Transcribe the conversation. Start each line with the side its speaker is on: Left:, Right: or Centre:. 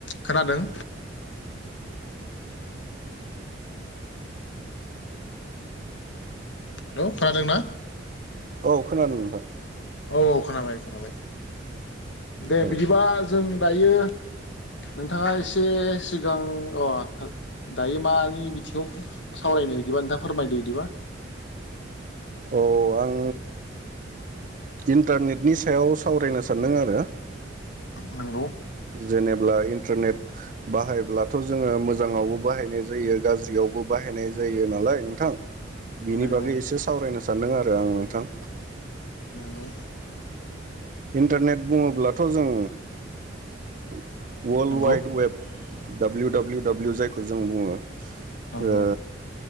Left: खोनादों। हेल' खोनादोंना?
Right: औ खोनादों नोथां।
Left: औ खोनाबाय खोनाबाय। दे
Right: औ
Left: बिदिबा जों दायो नोंथाङा एसे सिगां अ दायो मानि बिथिङाव सावरायनो बिदिबा नोंथाङा फोरमायदो बिदिबा।
Right: औ आं इन्टारनेटनि सायाव सावरायनो सानदों आरो।
Left: नोंगौ।
Right: जेनेब्ला इन्टारनेट बाहायब्लाथ' जोङो मोजाङावबो बाहायनाय जायो गाज्रियावबो बाहायनाय जायो नालाय नोंथां। बिनि
Left: नंगौ
Right: बागै एसे सावरायनो सानदों आरो। रो आं नोंथां।
Left: नोंगौ।
Right: इन्टारनेट बुङोब्लाथ' जों <unintelligible> वार्ल्ड
Left: नंगौ
Right: wide web. W W W जायखौ जों बुङो। ओ
Left: नंगौ